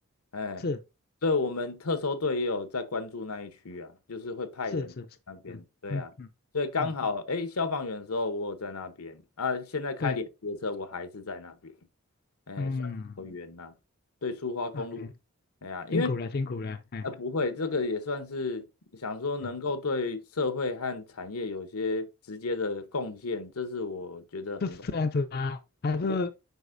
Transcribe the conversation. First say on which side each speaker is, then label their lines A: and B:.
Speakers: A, on the left; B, on the left.
A: 哎，
B: 是
A: 对我们特搜队也有在关注那一区啊，就是会派人去那边，
B: 是是是，是嗯嗯嗯，
A: 对啊，所以刚好哎，消防员的时候我有在那边啊，现在开联结车我还是在那边，
B: 对，
A: 哎，
B: 嗯
A: 算是有缘呐、对，苏花公路，
B: ，OK，
A: 哎呀，因为
B: 辛苦了辛苦了，哎，
A: 呃不会，这个也算是想说能够对社会和产业有些直接的贡献，
B: 哎
A: 这是我觉得很。
B: 是这样子吗？还是